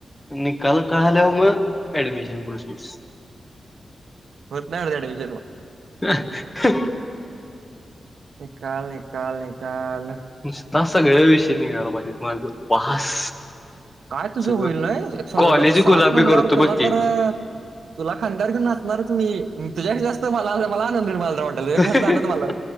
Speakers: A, on the left (about 15°); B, on the right (about 80°).
A: निकााल कलयावर आम अडमिशन प्रोफीस
B: होत नाही ऍडमिशन
A: ह.
B: न कााल न कााल न कााल.
A: निस्ता सगळ्या विषयी निघायला पाहिजे माझ बास.
B: काय तुझ
A: सगळं
B: होईल नाही एक स
A: कॉलेज
B: लख सात
A: गुलाबी
B: म्हणल्यावर
A: करतो
B: तुला
A: बघ की
B: तर तुला खांदार घन नाचणारच मी तु्या जास्त मला मला आनंद निर्ला वाटल तुझ्याशी
A: तेच
B: जास्त आनंद मला